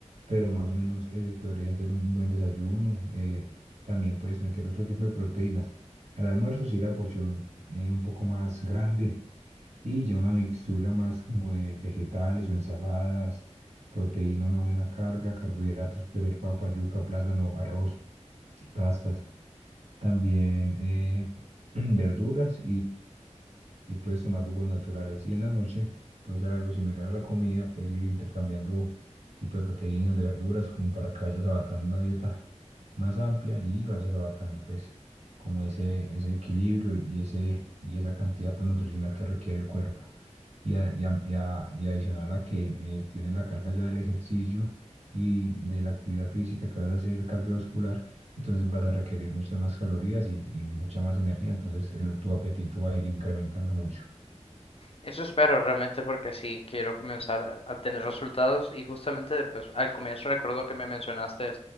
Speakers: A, on the right; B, on the left.
A: pero más o menos ese podría ser un buen desayuno. eh, también puedes meter otro tipo de proteínas. Al almuerzo sí la porción eh, un poco más grande y ya una mixtura más como de vegetales o ensaladas, proteína, una buena carga, carbohidratos, puede ser papa, yuca, plátano, arroz, pastas, también eh, <clears throat> verduras y puedes tomar jugos naturales. Y en la noche puedes hacer algo similar a la comida, puedes ir intercambiando tipo de proteínas, de verduras, como para que vayas abarcando una dieta más amplia y vayas abarcando pues como ese, ese equilibrio y, ese, y esa cantidad pues, nutricional que requiere el cuerpo. Y, a- y, a- y, a- y adicional a que eh, tienes la carga ya del ejercicio y de la actividad física que vas a hacer cardiovascular entonces vas a requerir muchas más calorías y, y mucha más energía, entonces el- tu apetito va a ir incrementando mucho.
B: Eso espero realmente porque sí quiero comenzar a a tener resultados y justamente pues, al comienzo recuerdo que me mencionaste